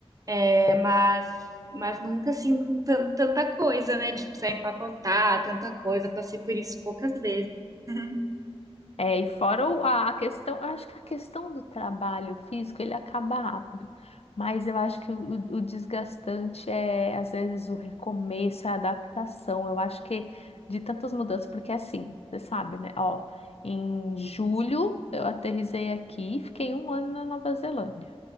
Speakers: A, on the right (about 35°); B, on the left (about 75°).
A: É, mas mas nunca assim com tan- tanta coisa, né? De precisar empacotar tanta coisa. Passei por isso poucas vezes. <laughs>
B: É, e fora o- a a questão, eu acho que a questão do trabalho físico, ele acaba rápido, mas eu acho que o, o desgastante é, às vezes, o recomeço, a adaptação, eu acho que de tantas mudanças, porque assim, você sabe, né, ó, em julho eu aterrisei aqui, e fiquei um ano na Nova Zelândia,